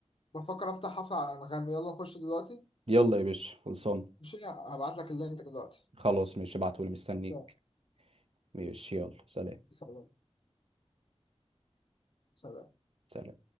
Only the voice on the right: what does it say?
يلا يا باشا خلصان
خلاص ماشي ابعتولي مستنيك
ماشي يلا سلام
سلام